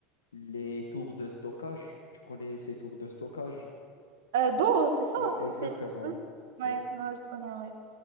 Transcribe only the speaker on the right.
Euh, Do, c'est ça?
C'est... Ouais,
ouais, je connais, ouais.